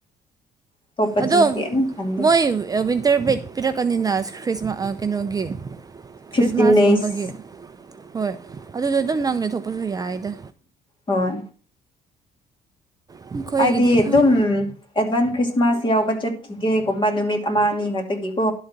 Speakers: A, on the left (about 30°); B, on the right (about 20°).
A: ꯑꯇꯣꯞꯄꯗꯤ
B: ꯑꯗꯣ
A: ꯀꯩꯝ ꯈꯟꯗꯦ
B: ꯃꯣꯏ ꯋꯤꯟꯇꯔ ꯕ꯭ꯔꯦꯛ ꯄꯤꯔꯛꯀꯅꯤꯅꯔꯤ ꯀꯩꯅꯣꯒꯤ
A: ꯐꯤꯐꯇꯤꯟ
B: ꯈ꯭ꯔꯤꯁꯃꯥꯁꯒꯨꯝꯕꯒꯤ
A: ꯗꯦꯁ
B: ꯍꯣꯏ ꯑꯗꯨꯗꯣ ꯑꯗꯨꯝ ꯅꯪꯅꯦꯦ ꯊꯣꯛꯄꯁꯨ ꯌꯥꯏꯗ
A: ꯍꯣꯏ
B: ꯑꯩꯈꯣꯏꯒꯤꯗꯤ
A: ꯍꯥꯏꯗꯤ ꯑꯗꯨꯝ
B: ꯈꯪ
A: ꯑꯦꯗꯋꯥꯟ ꯈ꯭ꯔꯤ ꯈ꯭ꯔꯤꯁꯃꯥꯁ ꯌꯥꯎꯕ ꯆꯠꯈꯤꯒꯦꯒꯨꯝꯕ ꯅꯨꯃꯤꯠ ꯑꯃ ꯑꯅꯤ ꯈꯛꯇꯒꯤꯀꯣ